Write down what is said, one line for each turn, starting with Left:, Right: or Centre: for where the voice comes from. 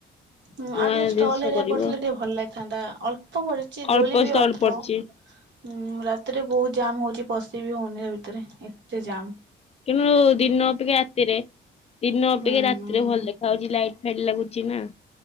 Right: ହୁ
Left: ନୂଆ
Right: ଆଉ ଟିକେ ଷ୍ଟଲ
Left: ଜିନିଷ
Right: ହେରି
Left: କରିବ।
Right: ପଡିଥିଲେ ଟିକେ ଭଲ ଲାଗି ଥାନ୍ତା ଅଲ୍ ଳ୍ପ ପଡିଚି
Left: ଅଳ୍ପ
Right: ଦୋଳି ବି
Left: ସେ
Right: ଅଳ୍ପ।
Left: ପଡିଛି
Right: ହୁଁ ରାତିରେ ବହୁତ ଜାମ ହଉଛି ପଶି ବିି ହଉନି ସେ ଭିତରେ ଏତେ ଜାମ।
Left: ତେଣୁ ଦିନ ଅପେକ୍ଷା ରାତିରେ ଦିନ ଅପେକ୍ଷା
Right: ହୁଁ ହୁଁ।
Left: ରାତିରେ ଭଲ ଦେଖା ହାଉଛି ଲାଇଟ ଫାଇଟ ଲାଗୁଛି ନା।